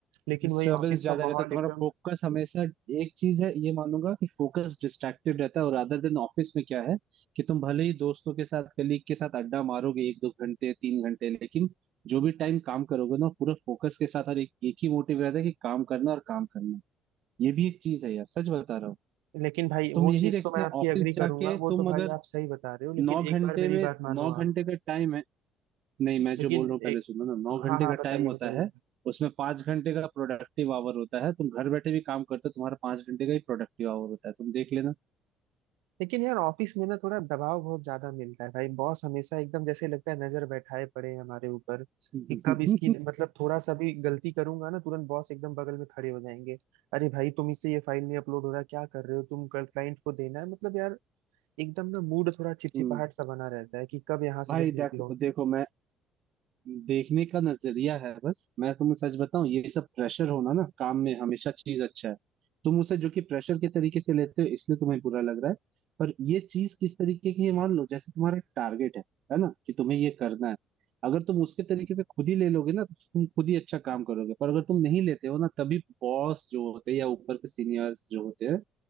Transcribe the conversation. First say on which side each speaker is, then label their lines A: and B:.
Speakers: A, on the right; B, on the right.
A: लेकिन
B: डिस्टर्बेंस
A: वही ऑफिस
B: ज्यादा
A: का माहौल
B: रहता है तुम्हारा
A: एकदम
B: फोकस हमेशा एक चीज है ये मानूंगा कि फोकस डिस्ट्रैक्टेड रहता है और अदर देन ऑफिस में क्या है कि तुम भले ही दोस्तों के साथ कलीग के साथ अड्डा मारोगे एक दो घंटे तीन घंटे लेकिन जो भी टाइम काम करोगे ना पूरा फोकस के साथ और एक, एक ही मोटिव रहता है कि काम करना और काम करना ये भी एक चीज है यार सच बता रहा हूँ
A: लेकिन भाई
B: तुम
A: वो
B: यही
A: चीज
B: देखना
A: तो मैं आपकी
B: ऑफिस
A: एग्री करूंगा
B: जाके
A: वो
B: तुम
A: तो भाई
B: अगर
A: आप सही बता रहे हो लेकिन
B: नौ घंटे
A: एक बार मेरी
B: में
A: बात मानो
B: नौ घंटे
A: आप
B: का टाइम है नहीं मैं
A: लेकिन
B: जो बोल रहा हूँ पहले
A: एक
B: सुनो ना नौ
A: हाँ
B: घंटे
A: हाँ
B: का
A: बताइए
B: टाइम
A: बताइए
B: होता है उसमें पांच घंटे का प्रोडक्टिव आवर होता है तुम घर बैठे भी काम करते हो तुम्हारा पांच घंटे का ही प्रोडक्टिव आवर होता है तुम देख लेना
A: लेकिन यार ऑफिस में ना थोड़ा दबाव बहुत ज्यादा मिलता है भाई बॉस हमेशा एकदम जैसे लगता है नजर बैठाए पड़े हैं हमारे ऊपर कि
B: <laughs>
A: कब इसकी मतलब थोड़ा सा भी गलती करूंगा ना तुरंत बॉस एकदम बगल में खड़े हो जाएंगे अरे भाई तुम इससे ये फाइल नहीं अपलोड हो रहा क्या कर रहे हो तुम कल क्लाइंट को देना है मतलब यार एकदम ना मूड थोड़ा चिपचिपाहट
B: हम्म,
A: सा बना रहता है कि कब यहाँ से
B: भाई
A: बस निकलो
B: देखो देखो मैं देखने का नजरिया है बस मैं तुम्हें सच बताऊं ये सब प्रेशर होना ना काम में हमेशा चीज अच्छा है तुम उसे जो कि प्रेशर के तरीके से लेते हो इसलिए तुम्हें बुरा लग रहा है पर ये चीज किस तरीके की है मान लो जैसे तुम्हारा टारगेट है है ना कि तुम्हें ये करना है अगर तुम उसके तरीके से खुद ही ले लोगे ना तो तुम खुद ही अच्छा काम करोगे पर अगर तुम नहीं लेते हो ना तभी बॉस जो होते हैं या ऊपर के सीनियर्स जो होते हैं